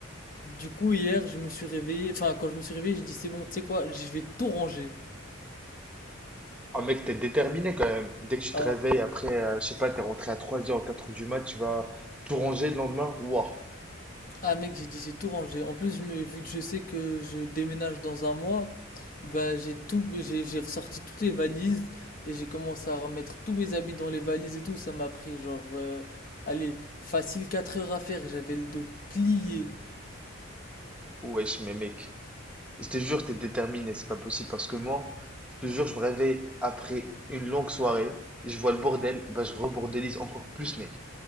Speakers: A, on the left (about 40°); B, in the centre.
A: Du coup, hier, je me suis réveillé. Enfin, quand je me suis réveillé, j'ai dit, c'est bon, tu sais quoi, je vais tout ranger.
B: Ah, mec, t'es déterminé quand même. Dès que tu
A: ah
B: te réveilles, après, euh, je sais pas, t'es rentré à trois heures quatre h du mat, tu vas tout ranger le lendemain. Waouh,
A: Ah mec, j'ai dit j'ai tout rangé. En plus, je me- vu que je sais que je déménage dans un mois, bah j'ai tout, j'ai j'ai ressorti toutes les valises et j'ai commencé à remettre tous mes habits dans les valises et tout. Ça m'a pris genre, euh, allez, facile 4 heures à faire. J'avais le dos plié.
B: wesh, mais mec. Je te jure, t'es déterminé, c'est pas possible parce que moi, je te jure, je me réveille après une longue soirée, je vois le bordel, bah je rebordélise encore plus, mec.